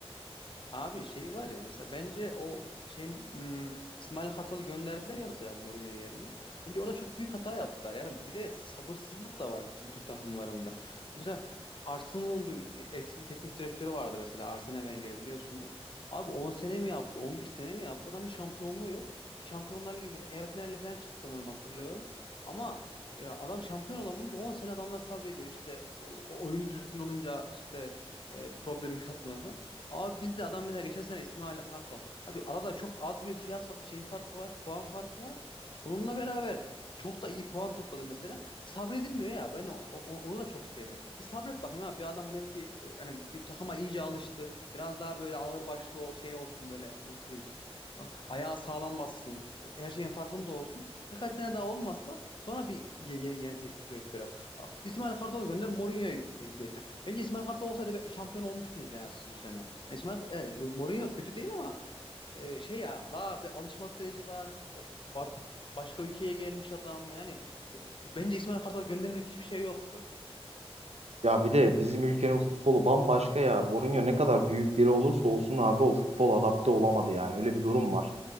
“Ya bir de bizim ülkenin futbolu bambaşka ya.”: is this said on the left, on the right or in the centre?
Right